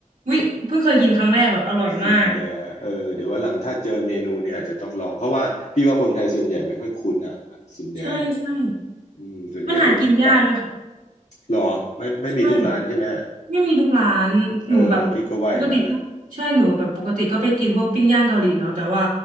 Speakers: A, on the right; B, on the left.
A: วิเพิ่งเคยกินครั้งแรกแบบอร่อยมาก
B: ซุนแดเออเดี๋ยววันหลังถ้าเจอเมนูนี้อาจจะต้องลองเพราะว่าพี่ว่าคนไทยส่วนใหญ่ไม่ค่อยคุ้นอ่ะซุนแดเนี่ย
A: ใช่ใช่
B: อืมส่วนใหญ่จะไป
A: มันหากินยากเลยค่ะ
B: หรอไม่ไม่มีทุกร้านใช่ไหม
A: ใช่ไม่มีทุกร้านหนูแบบปกติทุกใช่หนูแบบปกติก็ไปกินพวกปิ้งย่างเกาหลีเนาะแต่ว่า
B: เออพี่ก็ว่าอย่างนั้นแหละ